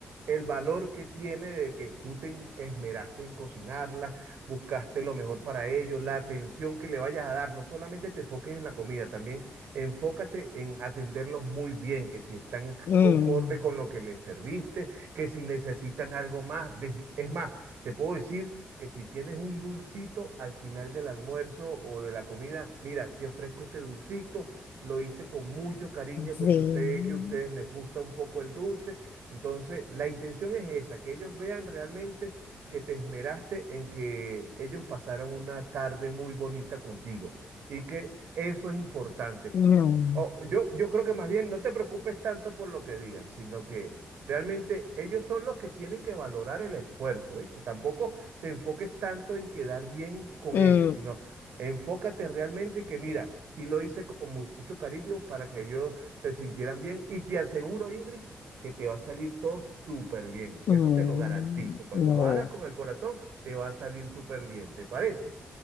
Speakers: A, on the right (about 75°); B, on the left (about 70°).
A: el valor que tiene de que tú te esmeraste en cocinarla buscaste lo mejor para ellos, la atención que le vayas a dar. No solamente te enfoques en la comida, también enfócate en atenderlos muy bien, que si están
B: Mm,
A: conformes con lo que les serviste, que si necesitan algo más. Des- Es más, te puedo decir que si tienes un dulcito al final del almuerzo o de la comida, mira, te ofrezco este dulcito. Lo hice con mucho cariño porque
B: sí,
A: sé que a ustedes les gusta un poco el dulce. Entonces, la intención es esa, que ellos vean realmente que te esmeraste en que ellos pasaran una tarde muy bonita contigo y que eso es importante.
B: no,
A: O- yo, yo creo que más bien no te preocupes tanto por lo que digan, sino que realmente ellos son los que tienen que valorar el esfuerzo, ¿viste? Tampoco te enfoques tanto en quedar bien con
B: mm,
A: ellos, sino enfócate realmente que mira, sí lo hice con mu- mucho cariño para que ellos se sintieran bien y te aseguro, Ingrid, que te va a salir todo súper bien.
B: mm,
A: Eso te lo garantizo. Cuando
B: no.
A: lo hagas con el corazón, te va a salir súper bien, ¿te parece?